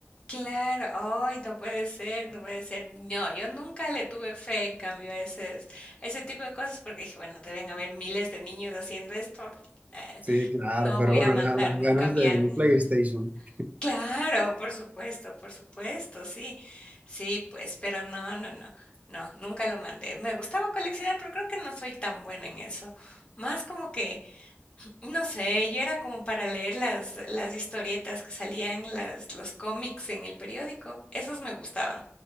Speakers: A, on the left (about 25°); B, on the right (about 35°).
A: Claro, ay, no puede ser, no puede ser. No, yo nunca le tuve fe en cambio a ese, a ese tipo de cosas porque dije, bueno, deben haber miles de niños haciendo esto. eh,
B: Sí, claro,
A: no
B: pero
A: voy
B: bueno,
A: a mandar
B: la- las
A: nunca
B: ganas
A: mi
B: de
A: álbum.
B: un PlayStation.
A: <laughs> Claro, por supuesto, por supuesto, sí. Sí, pues, pero no, no, no. No, nunca lo mandé. Me gustaba coleccionar, pero creo que no soy tan buena en eso. Más como que no sé, yo era como para leer las, las historietas que salían, las, los cómics en el periódico, esos me gustaban.